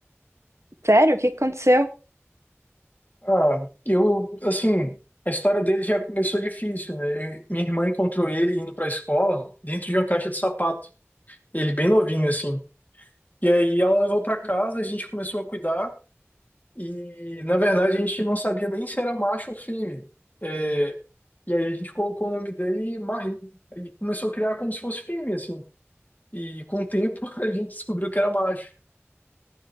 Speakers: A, on the right; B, on the left.
A: Sério? O que que aconteceu?
B: Ah, eu, assim, a história dele já começou difícil, né? Eu- minha irmã encontrou ele indo para a escola dentro de uma caixa de sapato. Ele bem novinho, assim. E aí ela levou para casa, a gente começou a cuidar e na verdade a gente não sabia nem se era macho ou fêmea. É, e aí a gente colocou o nome dele Marie. Aí começou a criar como se fosse fêmea assim. E com o tempo <laughs> a gente descobriu que era macho.